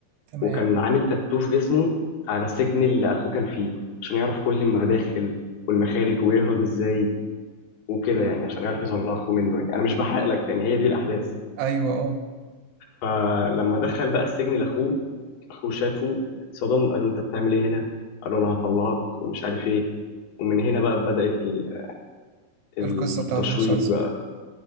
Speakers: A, on the right; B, on the left.
A: تمام
B: وكان عامل تاتو في جسمه على السجن اللي أخوه كان فيه عشان يعرف كل المداخل والمخارج ويهرب إزاي وكده يعني عشان يعرف يطلع أخوه منه يعني أنا مش بحرق لك يعني هي دي الأحداث
A: ايوه اه
B: فلما دخل بقى السجن لأخوه أخوه شافه اتصدم قال له أنت بتعمل إيه هنا؟ قال له أنا هطلعك ومش عارف إيه ومن هنا بقى بدأت ال- التشويق
A: القصة بتاعت المسلسل
B: بقى